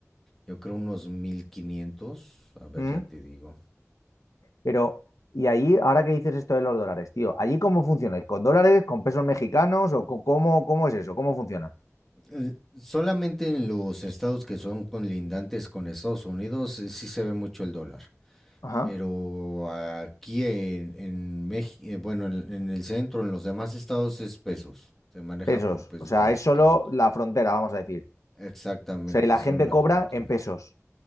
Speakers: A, in the centre; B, on the left.
A: yo creo unos mil quinientos A ver,
B: ¿Mm?
A: ya te digo.
B: Pero, y allí, ahora que dices esto de los dólares, tío, ¿allí cómo funcionáis? ¿Con dólares, con pesos mexicanos o co- cómo, cómo es eso? ¿Cómo funciona?
A: Eh, Solamente en los estados que son conlindantes con Estados Unidos, eh, sí se ve mucho el dólar.
B: Ajá.
A: Pero aquí en, en México, bueno, en en el centro, en los demás estados es pesos. Se maneja
B: Pesos,
A: por pesos
B: o sea,
A: mexicanos.
B: es solo la frontera, vamos a decir.
A: Exactamente,
B: O sea, y la
A: solo
B: gente
A: la
B: cobra
A: frontera.
B: en pesos.